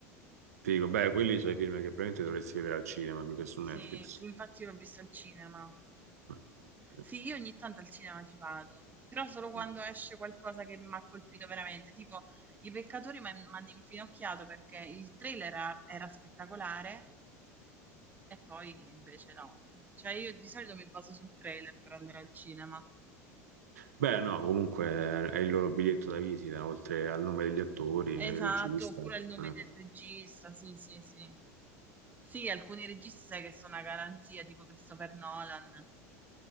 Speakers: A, on the right (about 80°); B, on the right (about 20°).
A: Figo, beh, quelli sono i film che probabilmente dovresti vedere al cinema più che su
B: Sì,
A: Netflix.
B: sì, infatti l'ho visto al cinema.
A: Mm, sì.
B: Sì, io ogni tanto al cinema ci vado, però solo quando
A: Mm.
B: esce qualcosa che mi ha colpito veramente, tipo I Peccatori mi hanno infinocchiato perché il trailer era, era spettacolare e poi invece no. Cioè io di solito mi baso sul trailer per andare al cinema.
A: Beh, no, comunque è il loro biglietto da visita, oltre al nome degli attori,
B: Esatto,
A: il regista.
B: oppure
A: Eh,
B: il nome del regista, sì, sì, sì. Sì, alcuni registi sai che sono una garanzia, tipo Christopher Nolan.